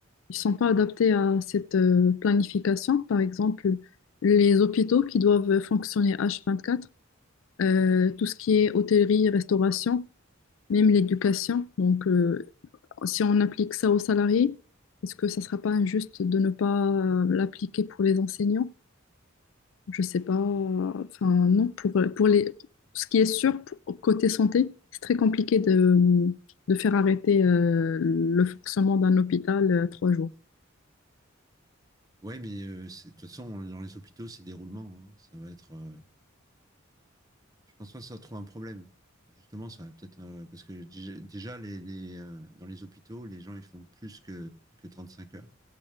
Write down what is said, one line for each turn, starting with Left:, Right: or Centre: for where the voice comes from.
Left: ils sont pas adaptés à cette euh, planification. Par exemple, les hôpitaux qui doivent fonctionner H24, euh, tout ce qui est hôtellerie, restauration, même l'éducation. Donc, euh, si on applique ça aux salariés, est-ce que ça sera pas injuste de ne pas euh, l'appliquer pour les enseignants? Je sais pas. Enfin, non, pour, pour les... ce qui est sûr, pour- côté santé, c'est très compliqué de, de faire arrêter euh, le fonctionnement d'un hôpital euh, trois jours.
Right: ouais, mais euh, c'est- de toute façon, dans les hôpitaux, c'est des roulements. hein. Ça va être, euh, je pense pas que ça trouve un problème. Justement, ça va peut-être, euh, parce que déjà, déjà, les, les, euh, dans les hôpitaux, les gens, ils font plus que, que 35 heures.